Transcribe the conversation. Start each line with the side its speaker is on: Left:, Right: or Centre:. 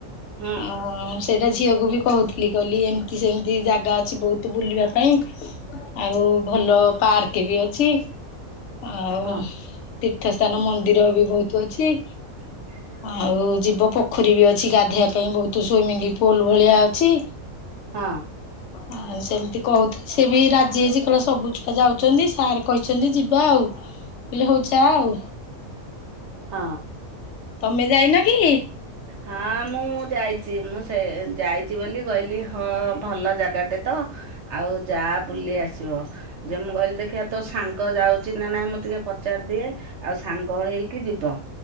Right: ହୁଁ
Left: ଆଁ। ସେଇଟା ଝିଅକୁ ବି କହୁଥିଲି କହିଲି ଏମତି ସେମତି ଜାଗା ଅଛି ବହୁତୁ ବୁଲିବା ପାଇଁ। ଆଉ ଭଲ ପାର୍କେ ବି ଅଛି। ଆଉ
Right: ହଁ
Left: ତୀର୍ଥସ୍ଥାନ ମନ୍ଦିର ବି ବହୁତୁ ଅଛି।
Right: ହ
Left: ଆଉ ଯିବ ପୋଖରୀ ବି ଅଛି ଗାଧେଇଆ ପାଇଁ ବହୁତୁ ସୁଇମିଙ୍ଗ ପୁଲ୍ ଭଳିଆ ଅଛି।
Right: ହଁ।
Left: ଆ ସେମିତି କହୁଥା ସେ ବି ରାଜି ହେଇଚି କହିଲା ସବୁ ଛୁଆ ଯାଉଛନ୍ତି ସାର୍ କହିଛନ୍ତି ଯିବା ଆଉ।
Right: <inaudible>
Left: ହିଲି ହଉ ଯା ଆଉ।
Right: ହଁ।
Left: ତମେ ଯାଇନ କି?
Right: ହଁ ମୁଁ ଯାଇଚି ମୁଁ ସେ ଯାଇଚି ବୋଲି କହିଲି ହଁ ଭଲ ଜାଗାଟେ ତ। ଆଉ ଯା ବୁଲି ଆସିବ। ଯେ ମୁଁ କହିଲି ଦେଖିବା ତୋ ସାଙ୍ଗ ଯାଉଚି ନା ନାଇଁ ମୁଁ ଟିକେ ପଚାରି ଦିଏ। ଆଉ ସାଙ୍ଗ ହେଇକି ଯିବା।